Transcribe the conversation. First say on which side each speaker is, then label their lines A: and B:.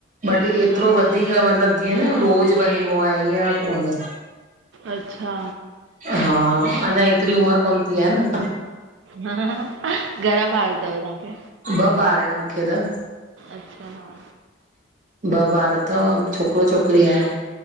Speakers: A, on the right; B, on the right.
A: बट एतिरो
B: अच्छा
A: वधीक मतलब जीअं न रोज़ वञिबो आ ईअं कोने।
B: अच्छा।
A: हा अञा एतिरी उमर कोन थी आहे न।
B: हहहह घणा ॿार तव तव्हांखे?
A: ॿ ॿार आयन मूंखे त।
B: अच्छा हा।
A: ॿ ॿार अथव छोकरो छोकिरी आये।